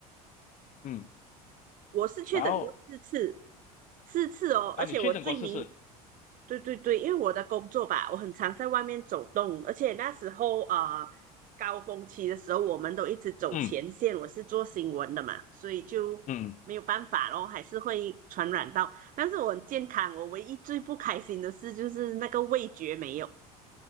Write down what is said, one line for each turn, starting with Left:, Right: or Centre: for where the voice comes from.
Left: 嗯，
Right: 我是确诊过四次，
Left: 然后
Right: 四次哦，
Left: 啊，
Right: 而且我最明，
Left: 你确诊过试试，
Right: 对对对，因为我的工作吧，我很常在外面走动，而且那时候啊、呃高峰期的时候，我们都一直走前线，
Left: 嗯
Right: 我是做新闻的嘛，所以就没有办法咯，
Left: 嗯
Right: 还是会传染到。但是我很健康，我唯一最不开心的事就是那个味觉没有。